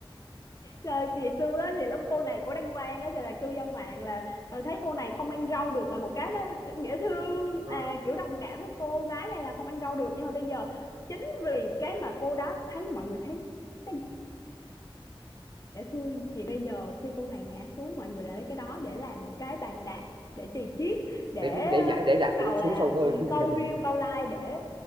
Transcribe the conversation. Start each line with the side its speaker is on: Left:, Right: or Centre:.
Left: rồi ngày xưa á, thì lúc cô này cô đăng quang á, thì là cư dân mạng là ờ, thấy cô này không ăn rau được là một cái nó dễ thương
Right: Ờ,
Left: là kiểu đồng cảm với cô gái này là không ăn rau được nhưng mà bây giờ chính vì cái mà cô đó thấy mọi người thấy nó dễ thương thì bây giờ khi cô này ngã xuống mọi người lại lấy cái đó để làm một cái bàn đạp để chì chiết để
Right: để để
Left: ờ,
Right: nhảy để đạp
Left: bắt
Right: cổ
Left: đầu
Right: xuống
Left: là
Right: sâu hơn
Left: ừm,
Right: <laughs>
Left: câu view câu like để